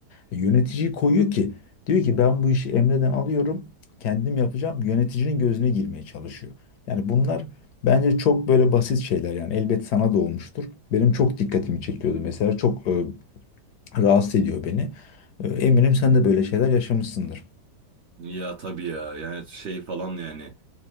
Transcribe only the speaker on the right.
Ya tabii ya yani şey falan yani